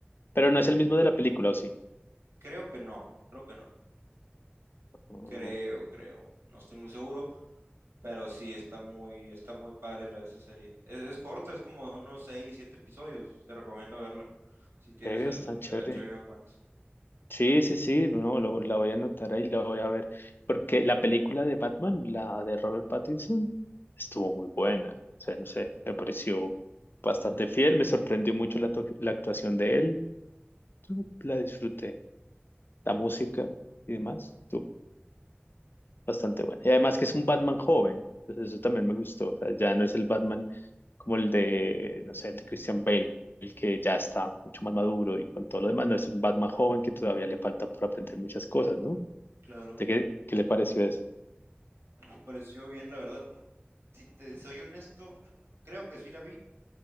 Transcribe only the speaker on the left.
pero no
es el mismo de la película, ¿o sí?
Oh,
pero
está chévere.
Sí, sí, sí. No, lo- la voy a anotar ahí, la voy a ver. Porque la película de Batman, la de Robert Pattinson, estuvo muy buena. O sea, no sé, me pareció bastante fiel. Me sorprendió mucho la, to- la actuación de él. Yo La disfruté. La música y demás. bastante buena. Y además que es un Batman joven, entonces eso también me gustó. O sea, ya no es el Batman como el de, no sé, el de Christian Bale, el que ya está mucho más maduro y con todo lo demás, no es un Batman joven que todavía le falta por aprender muchas cosas, ¿no?
¿De qué, qué le pareció eso?